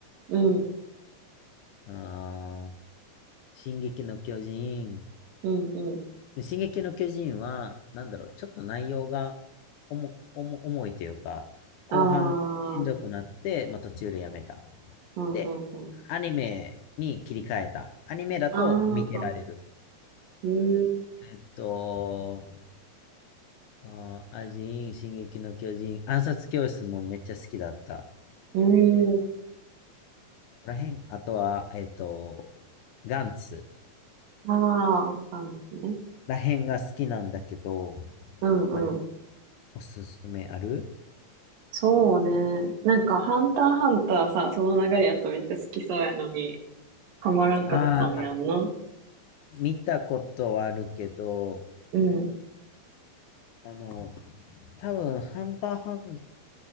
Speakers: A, on the right (about 75°); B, on the left (about 75°).
A: うん、
B: あー、進撃の巨人。
A: うん、うん。
B: 進撃の巨人は、なんだろう、ちょっと内容が重、重、重いというか、後半しんどくなって、
A: ああ、
B: まあ、途中でやめた。
A: うん、
B: で、
A: うん、うん。
B: アニメに切り替えた。アニメだと見てられる。
A: ああ、うん、
B: えっと、あー、アジン、進撃の巨人、暗殺教室もめっちゃ好きだった。
A: うん。
B: ここら辺、あとは、えっと、ガンツ
A: ああ、感じね。
B: ら辺が好きなんだけど、
A: うん、
B: なんか
A: うん。
B: おすすめある
A: そうね。なんか、ハンターハンターさ、その流れやとめっちゃ好きそうやのに、ハマらんかったんやんな。
B: ああ、見たことはあるけど、
A: うん。
B: あの、多分、ハンターハン